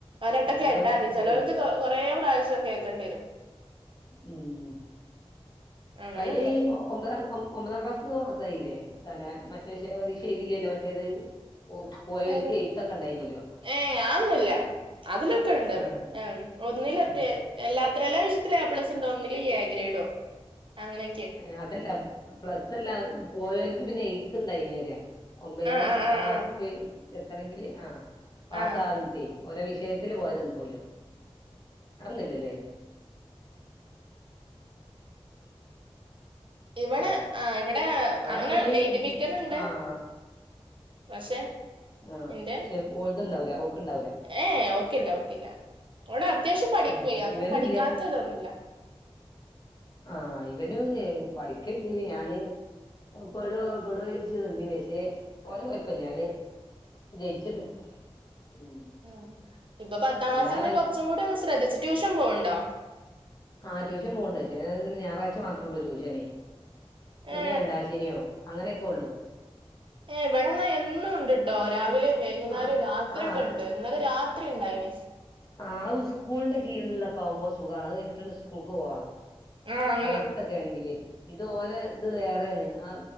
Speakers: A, on the right; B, on the left.
A: ഒരു വട്ടം
B: ബുദ്ധിയുള്ളോൽക്ക്
A: കേട്ടാ മതി
B: അതന്നെ
A: ചിലോൽക്ക് കൊറെ പ്രാവശ്യം കേൾക്കണ്ടി വരും
B: ഉം
A: അങ്ങനെണ്ട്
B: കഴിഞ്ഞ ഈ ഒമ്പതാം ഒമ്പതാം ക്ലാസ്ന്ന് പാസായില്ലേ തന്നെ മറ്റേ ശേ പരീക്ഷ എഴുതില്ലല്ലോ മറ്റേത് ഓഹ് പോയൊൽക്ക്
A: ഏത്
B: എഴുത്തൊക്കെ ഉണ്ടായിനല്ലോ
A: ഏഹ് അതൊന്നൂല്ല അതിലൊക്കെണ്ട്
B: ആഹ്
A: ഏഹ് ഒന്നിലറ്റെ
B: ഏഹ്
A: എല്ലാ എല്ലാ വിഷ്യത്തിലും എ പ്ലസ്റോ ഒന്നില് എ ഗ്രേഡോ അങ്ങനെ
B: ഏഹ് അതല്ല പ്ലസല്ല പോയോൽക്ക് പിന്നെ എയ്ത്ത് ഉണ്ടായിനിം അറിയാം ഒമ്പന്ന്
A: ആഹ് ആഹ്
B: പത്തി പത്താം
A: ആഹ്
B: ക്ലാസ്ക്
A: ആഹ്
B: എത്തണെങ്കില് ആഹ് പാസാകട്ടേ
A: ആഹ്
B: ഓരോ വിഷയത്തില് പോയത്ണ്ടാവല്ലോ അതൊന്നും ഇല്ലലേ
A: ഇവിടെ
B: ഏഹ്
A: ആഹ് ഇവിടെ
B: ഇവിടെ
A: അങ്ങനെ
B: ഇവന്
A: എഴുതിപ്പിക്കലണ്ട്
B: ആഹ്
A: പക്ഷേ
B: ആഹ്
A: എന്റെ
B: പക്ഷെ ഓൾത്ണ്ടാവൂല ഓക്ക്ണ്ടാവൂല
A: ഏഹ് ഓക്കില്ല ഓക്കില്ല ഓള് അത്യാവശ്യം പഠിക്കോയ്
B: ഏഹ്
A: അങ്ങനും
B: ഇവനുല്ല
A: പഠിക്കാത്ത ഇതൊന്നുല്ല
B: ആഹ് ഇവന് പഠിക്കല്ല്ലേ ഞാന് ഓൻ പെടോ പെടോ ചോയിച്ചു വന്നീനിം പക്ഷേ ഓന് കുഴപ്പല്ലാ <unintelligible> ജയിച്ചിണ്ട് ഉം
A: ആഹ് ഇബൻ പത്താം ക്ലാസ്സിൽന്ന്
B: എല്ലാ
A: കുറച്ചും കൂടി ഒന്ന് ശ്രദ്ധിച്ചു ട്യൂഷൻ പോവ്ണ്ടോ
B: ആഹ് ട്യൂഷൻ പോവ്ണ്ട് പക്ഷെ ഞായറാഴ്ച മാത്രേള്ളൂ ട്യൂഷനെ പിന്നെ
A: ഏ
B: രണ്ടാശനിയോ അങ്ങനെയൊക്കെ ഉള്ളൂ
A: ഏഹ് ഇവിടെന്നാ എന്നും ഉണ്ട്ട്ടോ രാവിലെയും വൈകുന്നേരം
B: ആ
A: രാത്രി
B: ആ
A: ഒക്കെ ഉണ്ട് ഇന്നലെ രാത്രി ഉണ്ടായിനിം
B: ആഹ് അത് സ്കൂളിന്റെ കീഴിലൊക്കെ ആകുമ്പോ സുഖമാണ് അത് കഴിഞ്ഞിട്ട് ആണ് സ്കൂൾക്ക് പോവാ
A: ആ അങ്ങനെ
B: അ ക്കെ ആണെങ്കിലെ ഇത് ഓലെ ഇത് വേറെയാണ് ആ